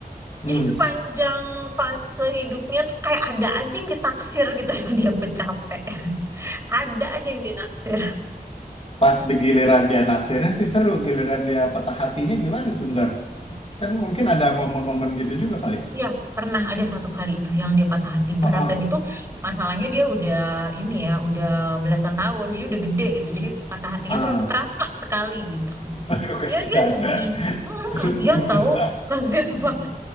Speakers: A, on the left; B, on the right.
A: Hmm,
B: jadi sepanjang fase hidupnya tuh kayak ada aja yang ditaksir gitu <laughs> yang dia bercapek. Ada aja yang dinaksir.
A: Pas giliran dia naksirnya sih seru. Giliran dia patah hatinya gimana tuh, Ndar?
B: <laughs>
A: Kan mungkin ada momen-momen gitu juga kali.
B: Ya, pernah ada satu kali tuh yang dia patah hati
A: Heeh,
B: berat dan itu masalahnya dia udah ini ya, udah belasan tahun. Jadi udah gede gitu. Jadi patah hatinya
A: ah,
B: tuh terasa sekali gitu.
A: Aduh, kasihan.
B: Ya dia sedih.
A: <laughs>
B: Mm,
A: Terus
B: kasihan
A: gimana?
B: tau. Kasihan <laughs> banget.